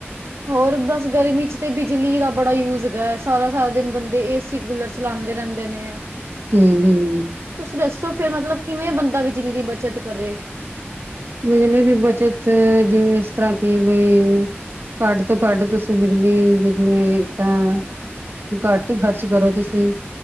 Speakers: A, on the right (about 75°); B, on the right (about 60°).
A: ਹੋਰ ਬਸ, ਗਰਮੀ ਚ ਤੇ ਬਿਜਲੀ ਦਾ ਬੜਾ ਯੂਜ ਹੈਗਾ। ਸਾਰਾ ਸਾਰਾ ਦਿਨ ਬੰਦੇ ਏਸੀ, ਕੂਲਰ ਚਲਾਂਦੇ ਰਹਿੰਦੇ ਨੇ।
B: ਹਮ ਹਮ
A: ਤੁਸੀਂ ਦੱਸੋ ਫਿਰ, ਮਤਲਬ ਕਿਵੇਂ ਬੰਦਾ ਬਿਜਲੀ ਦੀ ਬੱਚਤ ਕਰੇ।
B: ਬਿਜਲੀ ਦੀ ਬਚਤ, ਜਿਵੇਂ ਇਸ ਤਰ੍ਹਾਂ ਕਿ ਬਈ ਘੱਟ ਤੋਂ ਘੱਟ, ਤੁਸੀਂ ਬਿਜਲੀ ਵੀ ਜਿਵੇਂ ਤਾਂ ਘੱਟ ਹੀ ਖਰਚ ਕਰੋ ਤੁਸੀਂ।